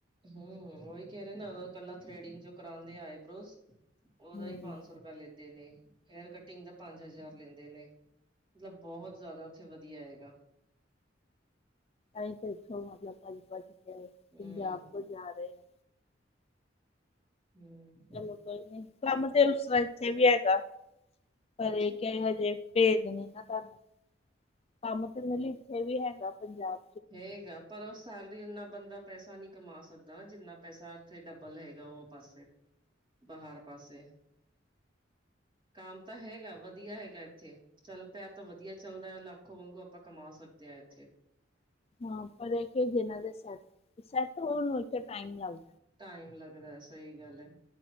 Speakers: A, on the right; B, on the left.
A: ਹੂੰ, ਓਹੀ ਕੈ ਰੇ ਨੇ ਓਦਾ ਕੱਲਾ ਥਰੇਡਿੰਗ ਜੋ ਕਰਾਂਦੇ ਆ ਆਈਬ੍ਰੋਜ ਓਦਾ
B: ਹੂੰ
A: ਹੀ ਪੰਜ ਸੌ ਰੁਪ <unintelligible> ਲੈਂਦੇ ਨੇ ਹੇਅਰ ਕਟਿੰਗ ਦਾ ਪੰਜ ਹਜ਼ਾਰ ਲੈਂਦੇ ਨੇ ਮਤਲਬ ਬੋਹਤ ਜਾਦਾ ਉੱਥੇ ਵਧੀਆ ਹੈਗਾ।
B: ਅਸੀਂ ਤਾਂ ਇੱਥੋ ਮਤਲਬ ਭੱਜ-ਭੱਜ ਕੇ
A: ਹਮ
B: ਪੰਜਾਬ ਤੋਂ ਜਾ ਰੇ ਆ
A: ਹੂੰ।
B: ਚਲੋ ਕੋਈ ਨੀ ਕੰਮ ਤੇ ਉਸ ਸਾਈਡ ਤੇ ਵੀ ਹੈਗਾ ਪਰ
A: ਹਾਂਜੀ
B: ਏ ਕੈ ਹਜੇ ਭੇਦ ਨੀ ਨਾ ਤੁਹਾਨੂੰ ਕੰਮ ਤੇ ਮਤਲ ਇਥੇ ਵੀ ਹੈਗਾ ਪੰਜਾਬ
A: ਹੈੇਗਾ ਪਰ ਸ ਸੈਲਰੀ ਇਨਾਂ ਬੰਦਾ ਪੈਸਾ ਨੀ ਕਮਾ ਸਕਦਾ ਨਾ, ਜਿੰਨਾ ਪੈਸਾ ਉੱਥੇ ਡਬਲ ਹੈਗਾ ਓ ਪਾਸੇ ਬਾਹਰ ਪਾਸੇ ਕਾਮ ਤਾਂ ਹੈਗਾ ਵਧੀਆ ਹੈਗਾ ਇੱਥੇ ਚੱਲ ਪਿਆ ਤਾਂ ਵਧੀਆ ਚੱਲਦੈ ਲਾਖੋ ਵਾਂਗੂ ਆਪਾਂ ਕਮਾ ਸਕਦੇ ਐਥੇ।
B: ਹਾਂ, ਪਰ ਇਥੇ ਜਿਨਾਂ ਦੇ ਸੈੱਟ-ਸੈੱਟ ਹੋਣ ਨੂੰ ਇੱਥੇ ਟਾਈਮ ਲੱਗ
A: ਟਾਈਮ ਲੱਗਦਾ ਸਈ ਗੱਲ ਐ